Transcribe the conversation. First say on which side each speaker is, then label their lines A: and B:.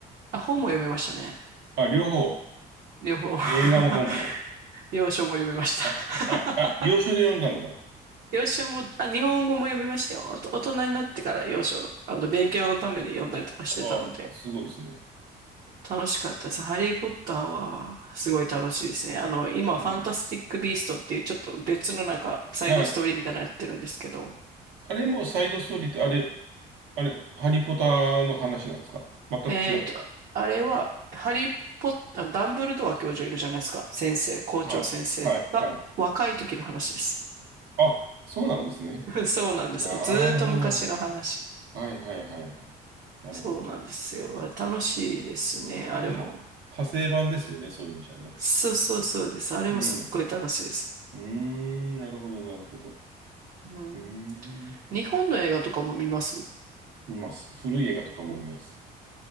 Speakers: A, on the right; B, on the right.
A: あ、本も読めましたね。
B: あ、両方。
A: 両方。
B: 映画も本も。
A: <laughs> 洋書も読みました。
B: あ、あ、あ、洋書で読んだんだ。
A: <laughs> 洋書も、あ、日本語も読みましたよ。おと大人になってから洋書、あの、勉強のために読んだりとかしてたので。
B: あ、すごいですね。
A: 楽しかったです。ハリー・ポッターはすごい楽しいですね。あの、今、
B: うん。
A: ファンタスティック・ビーストっていうちょっと別のなんかサイドストーリーみたいなのやってるんですけど、
B: なんか、あれもサイドストーリーって、あれ、あれ、ハリポタの話なんですか全く違う。
A: えっと、あれは、ハリー・ポッター、ダンブルドア教授いるじゃないですか。先生、校長先生が若い時の話です。
B: はい。はい。はい。あ、そうなんですね。
A: <laughs> そうなんですよ。
B: なるほど。
A: ずーっと昔の話。
B: はいはいはいはい。なるほど。
A: そうなんですよ。あれ楽しいですね、あれも。
B: は、派生版ですよね、そういう意味じゃね。
A: そうそうそうです。あれもすっごい楽しいです。
B: うん。うーん、なるほど、なるほど。
A: うん。
B: うーん。
A: 日本の映画とかも見ます
B: 見ます。古い映画とかも見ます。
A: お